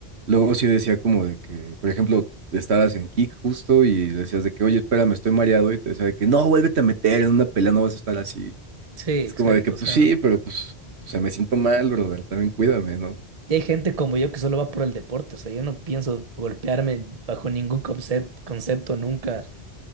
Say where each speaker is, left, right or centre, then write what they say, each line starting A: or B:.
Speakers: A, on the right; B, on the right.
A: luego sí decía como de que, por ejemplo, estabas en kick justo y le decías de que, oye, espérame, estoy mareado y te decía de que, no, vuélvete a meter, en una pelea no vas a estar así.
B: Sí, exacto.
A: Es como de que, pues
B: O sea,
A: sí, pero pues, o sea, me siento mal, brother, también cuídame, ¿no?
B: y hay gente como yo que solo va por el deporte. O sea, yo no pienso golpearme bajo ningún concepto, concepto nunca.